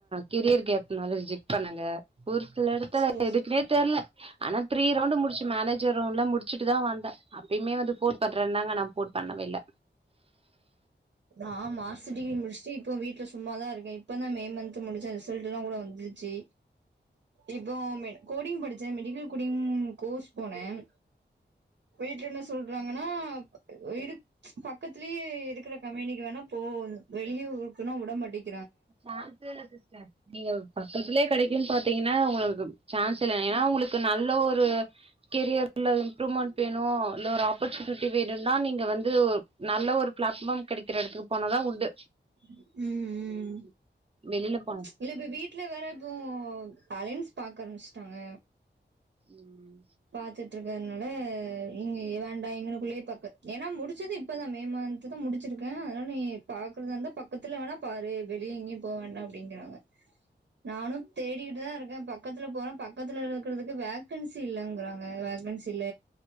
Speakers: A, on the right (about 30°); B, on the right (about 70°).
A: கெரியர் கேப் நால்லா ரிஜெக்ட் பண்ணாங்க ஒரு சில இடத்துல
B: சேரி சேரி
A: எதுக்குனே தெரியல ஆனா த்ரீ ரவுண்டு முடிச்சு மேனேஜ் எல்லாம் முடிச்சுட்டுதான் வந்தேன் அப்பயுமே வந்து போன் பண்றேன்னாங்க ஆனா போன் பண்ணவே இல்ல
B: நான் மாஸ்டர் டிகிரி முடிச்சுட்டு இப்போ வீட்டுல சும்மாதான் இரு இப்பதான் மே மந்த் முடிச்சேன் ரிசல்ட் எல்லாம் கூட வந்துருச்சு இப்போ கோடிங் படி மெடிக்கல் கோடிங்கோர்ஸ் போனேன் வீட்டுல என்ன சொல்றாங்கன்னா இது பக்கத்திலயே இருக்கிற கம்பேனிக்கு வேணா போ வெளி ஊருக்குனா விட மாட்டேங்
A: சான்சே இல்ல சிஸ்டர் நீங்க பக்கதுலயே கிடைக்குனு பாதீங்கனா உங்களுக்கு சான்ஸ் இல்ல ஏனா அவங்களுக் நல்ல ஒரு <unintelligible> கரியர்ல இம்ரூமெண்ட் <unintelligible> இல்ல ஒரு அப் ஆஃபர்சுனிட்டி வேணுனா நீங்க வந்து ஒரு நல்ல ஒரு பிளாட்ஃபாம் கெடைக்கிற இடத்துக்கு போனாதான் உண்டு
B: உம் உம்
A: வெளிலப்
B: ச் இல்ல இப்ப வீட்ல வேற இப்போ அலைன்ஸ் பாக்கரபிச் விட்டாங்க
A: உம்
B: பாத்துட்டு இருக்கனால இங்க வேண்டா இங்கனுகுளயே பக்க ஏனா முடிச்சது இப்பதா மே மந்த் தா முடிச்சிருகே <unintelligible> நீ பாகிரதந்த பக்க பக்துல வேணா பாரு வெளிய எங்கியு போ வேணா அப்டிறாங்க நானு தேடிகிடு தா இருக பக் பக்கத்துல போனா பக்கத்துல இருக்குறதுகு வேகன்சி இல்லங் <unintelligible> வேகன்சில